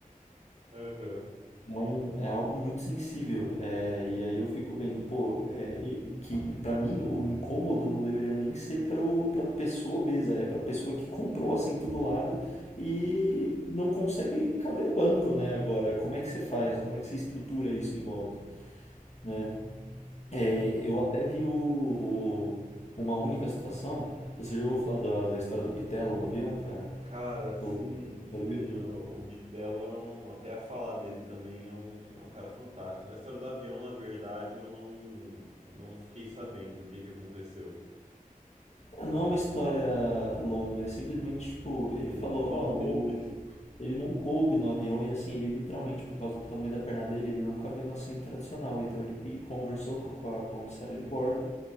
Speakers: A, on the right (about 45°); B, on the left (about 50°).
A: Aham.
B: É, um, é algo muito sensível. É, e aí eu fico vendo, pô, é, e- que para mim o incômodo não deveria nem ser para para pessoa obesa, é para pessoa que comprou o assento do lado e não consegue caber no banco, né? Agora, como é que você faz? Como é que você estrutura isso em volta, né?
A: E
B: É, eu até vi o, o- uma única situação. Você já ouviu falar da, da história do Bitelo no avião, cara?
A: Cara, sim,
B: O bodybuilder.
A: sim, o o é um, até a falar dele também é um, é um cara fantástico. Na história do avião, na verdade, eu não, eu não fiquei sabendo o que que aconteceu.
B: Ah, Não é uma história longa, é simplesmente tipo, ele
A: É,
B: falou,
A: Ele não
B: ó,
A: coube?
B: eu. Ele não coube no avião e assim, ele literalmente, por causa do tamanho da perna dele, ele não cabia no assento tradicional. Então ele pe- conversou co- com a comissária de bordo,